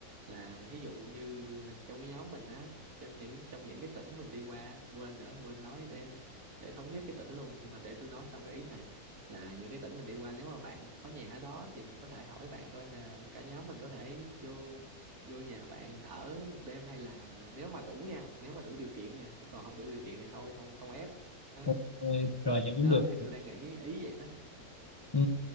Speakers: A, on the right; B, on the left.
A: là thí dụ như trong cái nhóm mình á trên những trong những cái tỉnh mình đi qua quên nữa quên nói để để thống nhất cái tỉnh luôn nhưng mà để tôi nói xong cái ý này là những cái tỉnh mình đi qua nếu mà bạn có nhà ở đó thì mình có thể hỏi bạn coi là cả nhóm mình có thể vô vô nhà bạn ở một đêm hay là nếu mà đủ nha nếu mà đủ điều kiện nha chứ còn không đủ điều kiện thì thôi không không ép đó
B: ok rồi vậy cũng
A: đó
B: được
A: thì tôi đang nghĩ ý vậy đó
B: Ừ,